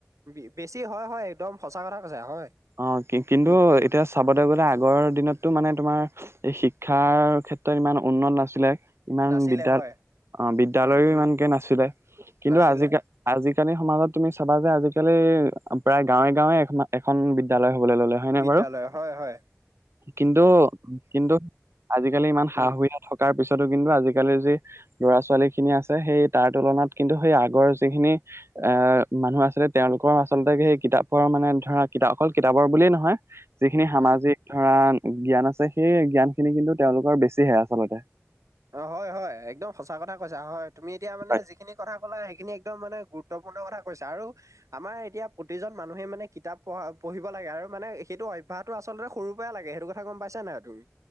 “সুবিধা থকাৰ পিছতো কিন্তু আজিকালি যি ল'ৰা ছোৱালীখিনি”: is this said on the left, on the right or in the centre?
Right